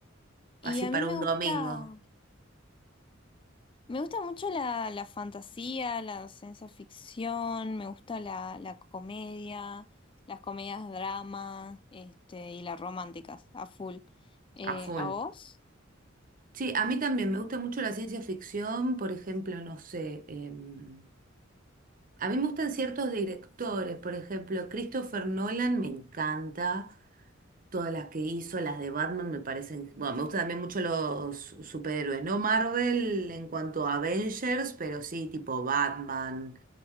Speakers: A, on the right; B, on the left.
A: así
B: Y a
A: para
B: mí me
A: un
B: gusta,
A: domingo,
B: me gusta mucho la, la fantasía, la ciencia ficción, me gusta la, la comedia, las comedias drama, este, y las románticas, a full. Eh,
A: a full.
B: ¿a vos?
A: Sí, a mí también me gusta mucho la ciencia ficción, por ejemplo, no sé, em, a mí me gustan ciertos directores, por ejemplo, Christopher Nolan me encanta, todas las que hizo, las de Batman me parecen, bueno, me gustan también mucho los superhéroes, no Marvel en cuanto a Avengers, pero sí tipo Batman,